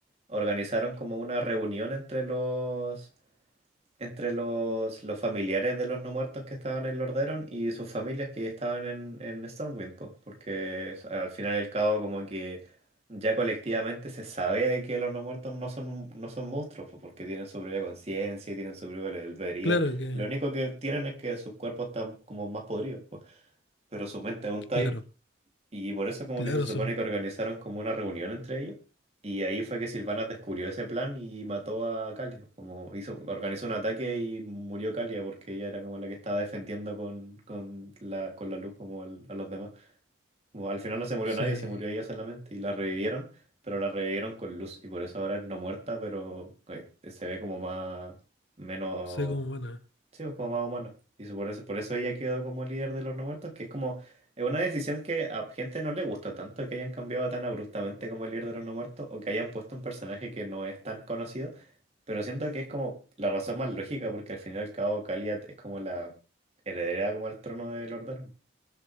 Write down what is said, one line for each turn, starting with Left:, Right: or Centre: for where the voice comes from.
Right: organizaron como una reunión entre los entre los, los familiares de los no muertos que estaban en Lordaeron y sus familias que estaban en, en Stormwind, po, porque s- al final y al cabo como que ya colectivamente se sabe de que los no muertos no son, no son monstruos, po, porque tienen su propia conciencia y tienen su propio albedrío.
Left: claro que,
Right: Lo único que tienen es que sus cuerpos están como más podridos, po, pero su mente es un type.
Left: claro,
Right: Y por eso como
Left: claro,
Right: que se supone
Left: son,
Right: que organizaron como una reunión entre ellos. Y ahí fue que Silvana descubrió ese plan y mató a Kalia. Como hizo, organizó un ataque y murió Kalia porque ella era como la que estaba defendiendo con, con la, con la luz como al- a los demás. Como al final no se murió
Left: sí,
Right: nadie, se murió ella solamente. Y la revivieron, pero la revivieron con luz. Y por eso ahora es no muerta, pero eh, se ve como más, menos
Left: sé como buenas.
Right: Sí, pues, como más humano. Y su- por eso, por eso ella quedó como líder de los no muertos, que es como, es una decisión que a gente no le gusta tanto que hayan cambiado tan abruptamente como el líder de los no muertos, o que hayan puesto un personaje que no es tan conocido, pero siento que es como la razón más lógica, porque al final y al cabo Kaliat es como la heredera como al trono de Lord Baron.